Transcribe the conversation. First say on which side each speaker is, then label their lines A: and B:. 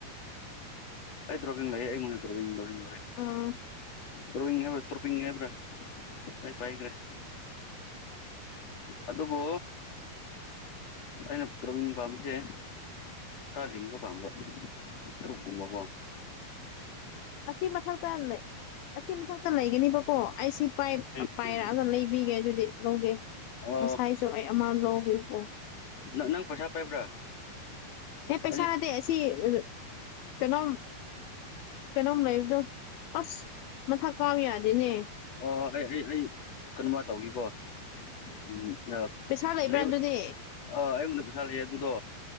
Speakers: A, on the left; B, on the left.
A: ꯑꯩ ꯗ꯭ꯋꯣꯕꯤꯡ ꯂꯩꯌꯦ ꯑꯩꯉꯣꯟꯗ ꯗ꯭ꯔꯣꯕꯤꯟ ꯗ꯭ꯔꯣꯕꯤꯟ ꯗ꯭ꯔꯣꯕꯤꯟ
B: ꯑꯥ
A: ꯗ꯭ꯔꯣꯕꯤꯡ ꯍꯥꯏꯕ꯭ꯔꯥ ꯇ꯭ꯔꯣꯄꯤꯡ ꯍꯥꯏꯕ꯭ꯔꯥ ꯑꯩ ꯄꯥꯏꯈꯔꯦ ꯑꯗꯨꯕꯨ ꯑꯩꯅ ꯇ꯭ꯔꯣꯕꯤꯡ ꯄꯥꯝꯕꯁꯦ ꯈ꯭ꯔꯥ ꯂꯤꯡꯕ ꯄꯥꯝꯕ ꯇ꯭ꯔꯨꯛ ꯀꯨꯝꯕ ꯀꯣ
B: ꯑꯁꯤ ꯃꯊꯛꯇ ꯂꯩ ꯑꯁꯤ ꯃꯊꯛꯇ ꯂꯩꯒꯅꯤꯕꯣ ꯀꯣ ꯑꯩꯁꯤ ꯄꯥꯏ
A: ꯎꯝ
B: ꯄꯥꯏꯔꯛꯑꯥꯒ
A: ꯎꯝ
B: ꯂꯩꯕꯤꯒꯦ ꯑꯗꯨꯗꯤ ꯂꯧꯒꯦ
A: ꯑꯣ
B: ꯉꯁꯥꯏꯁꯨ ꯑꯩ ꯑꯃ ꯂꯧꯋꯤꯀꯣ
A: ꯅꯥ ꯅꯪ ꯄꯩꯁꯥ ꯄꯥꯏꯕ꯭ꯔꯥ
B: ꯑꯦ ꯄꯩꯁꯥ
A: ꯑꯩ
B: ꯅꯠꯇꯦ ꯑꯁꯤ ꯑꯥ ꯀꯩꯅꯣꯝ ꯀꯩꯅꯣꯝ ꯂꯩꯕꯗꯣ ꯑꯁ ꯃꯊꯛ ꯀꯥꯕ ꯌꯥꯗꯦꯅꯦ
A: ꯍꯣꯏ ꯍꯣꯏ ꯑꯩ ꯑꯩ ꯑꯩ ꯀꯩꯅꯣꯃ ꯇꯧꯈꯤꯀꯣ ꯎꯝ ꯑꯥ
B: ꯄꯩꯁꯥ ꯂꯩꯕ꯭ꯔꯥ
A: ꯂꯩꯕ
B: ꯑꯗꯨꯗꯤ
A: ꯑꯥ ꯑꯩꯉꯣꯟꯗ ꯄꯩꯁꯥ ꯂꯩꯌꯦ ꯑꯗꯨꯗꯣ